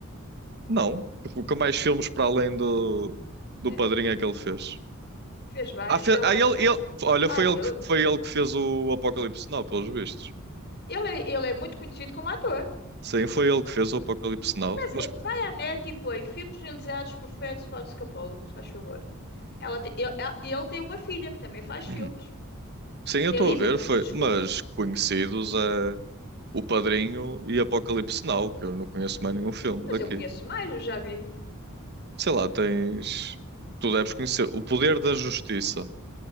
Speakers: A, on the right; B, on the left.
A: Não. Porque mais filmes para além do, do
B: É,
A: Padrinho é que ele fez?
B: fez vários.
A: Ah, fe-
B: E agora,
A: ah, ele,
B: sa-
A: ele-
B: sa-
A: olha,
B: ai
A: foi
B: meu,
A: ele, que- foi ele que fez o Apocalipse Now, pelos vistos.
B: ele é, ele é muito conhecido como ator.
A: Sim, foi ele que fez o Apocalipse Now.
B: Começa,
A: Mas
B: vai à net e põe filmes realizados por Francis Ford Coppola, se faz favor. Ela te- eu, ela- e ele tem uma filha que também faz filmes.
A: <clears throat> sim, eu
B: Realiza
A: estou a ver,
B: filmes,
A: foi.
B: desculpa.
A: Mas conhecidos é O Padrinho e Apocalipse Now, que eu não conheço mais nenhum filme
B: Mas
A: daqui.
B: eu conheço mais, eu já vi.
A: Sei lá, tens. Tu deves conhecer O Poder da Justiça,